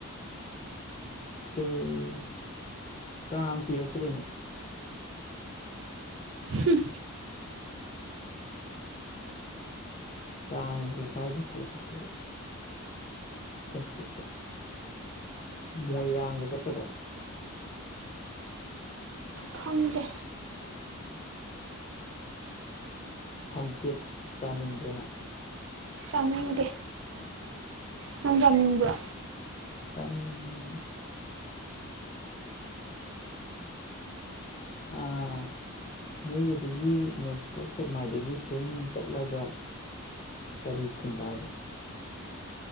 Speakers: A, on the left; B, on the right.
A: ꯀꯩ ꯀꯥꯡ ꯀꯨꯏꯔꯛꯇ꯭ꯔꯦꯅꯦ
B: ꯍꯨꯝ
A: ꯀꯥꯡꯁꯦ ꯀꯥꯏꯗ ꯀꯣꯏ ꯆꯠꯁꯦꯕ ꯆꯠꯁꯦ꯫ ꯃꯣꯏꯔꯥꯡꯗ ꯆꯠꯀꯗ꯭ꯔꯣ
B: ꯈꯪꯗꯦ
A: ꯊꯝꯆꯦꯠ ꯆꯥꯅꯤꯡꯕ꯭ꯔꯣ ꯅꯪ
B: ꯆꯥꯅꯤꯡꯗꯦ ꯅꯪ ꯆꯥꯅꯤꯡꯕ꯭ꯔꯣ
A: ꯆꯥꯅꯤꯡ ꯑꯥ ꯅꯣꯏꯒꯤ ꯑꯗꯨꯒꯤ ꯅꯣꯡꯄꯣꯛ ꯁꯦꯛꯃꯥꯏꯗꯒꯤ ꯁꯨꯝ ꯆꯠꯂꯒ ꯀꯔꯤ ꯈꯨꯟꯇꯥꯒꯦ